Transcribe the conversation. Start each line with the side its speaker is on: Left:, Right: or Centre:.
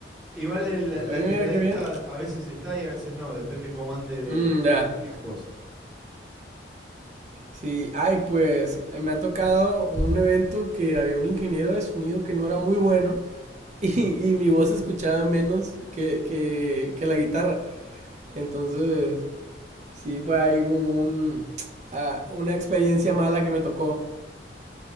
Centre: Igual el-
Right: Oye,
Centre: la tecladista
Right: mira qué bien.
Centre: a veces está y a veces no, depende cómo ande de
Right: Mm, ya.
Centre: de tiempos.
Right: Sí, ay, pues eh, me ha tocado un evento que había un ingeniero de sonido que no era muy bueno <laughs> y, y mi voz se escuchaba menos que, que, que la guitarra. Entonces, sí, fue ahí como un, ah, una experiencia mala que me tocó